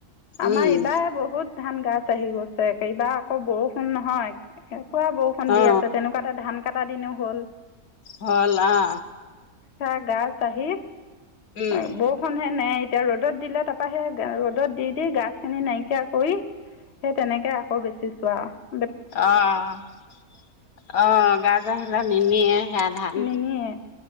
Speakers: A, on the left; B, on the left.
A: আমাৰ
B: উম
A: এইবাৰ বহুত ধান গছ আহি গৈছে এইবাৰ আকৌ বৰষুণ নহয় পুৱা বৰষুণ দি
B: অ
A: আছে তেনেকুৱাতে ধানকটা দিনো হল <unintelligible>
B: হ'ল আ
A: হা, গা-চাহি।
B: উম
A: এ বৰষুণ হে নেই এতিয়া ৰ'দত দিলে তাৰপৰা হে ৰ'দত দি ই গাছখিনি নাইকিয়া কৰি সেই তেনেকে আকৌ বেছি। চোৱাহ।
B: অ-অ-অ-অ গাজ আহিলে নিনিয়ে সেয়া ধান
A: নিনিয়ে